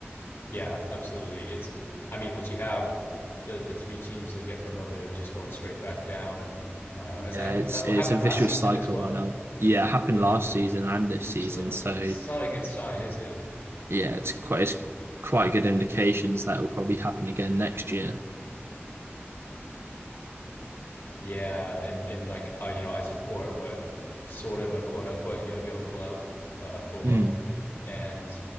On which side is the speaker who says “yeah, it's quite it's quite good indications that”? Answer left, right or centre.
Right